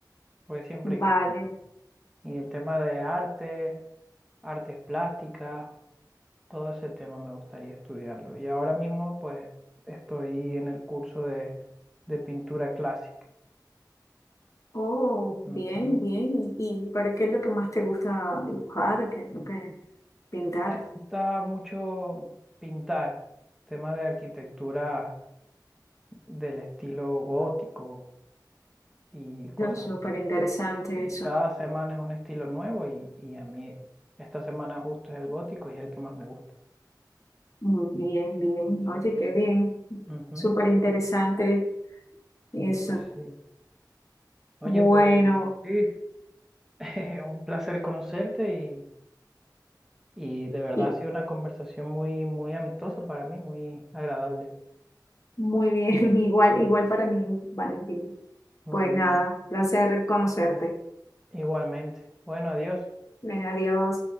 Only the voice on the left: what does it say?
vale.
Oh,
bien, bien. ¿Y, y para qué es lo que más te gusta dibujar? ¿Qué es lo que pintar?
Yo, súper
interesante
eso.
Mm, Bien, bien.
Oye,
qué
bien.
Súper interesante eso.
Bueno,
y
muy bien, <laughs> igual, igual para mí, Valentín.
Pues nada,
placer conocerte.
Ven, adiós.